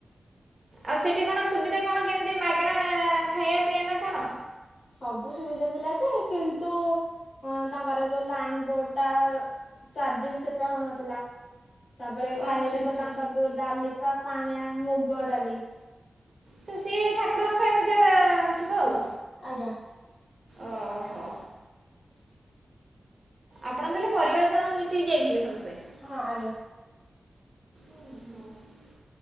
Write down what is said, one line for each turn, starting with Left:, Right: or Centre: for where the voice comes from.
Right: ଆଉ ସେଠି କଣ ସୁବିଧା କଣ କେମିତି ମାଗ୍। ଗେଣା ଖାଇବା ପିଇବା ନା କଣ।
Left: ସବୁ ସୁବିଧା ଥିଲା ଯେ କିନ୍ତୁ ତାଙ୍କର ଯୋଉ ଲାଇନ ବୋର୍ଡ ଟା। ଚାର୍ଜିଂ ସେତେ ହଉନଥିଲା। ତାପରେ
Right: ଓ
Left: ଖାଇବାକୁ
Right: ଆଚ୍ଛା ଆଚ୍ଛା
Left: ତ ତାଙ୍କର ଯୋଉ ଡାଲିିକା ପାଣିଆ ମୁଗ ଡାଲି।
Right: ତ ସିଏ ଠାକୁରଙ୍କ ଖାଇବା ଯାହା ଥିବ ଆଉ।
Left: ଆଜ୍ଞା।
Right: ଓହୋ।
Left: <unintelligible>
Right: ଆପଣ ତାହେଲେ ପରିବାର ସହ ମିଶିକି ଯାଇଥିଲେ ସମସ୍ତେ।
Left: ହଁ ଆଜ୍ଞା।
Right: <unintelligible>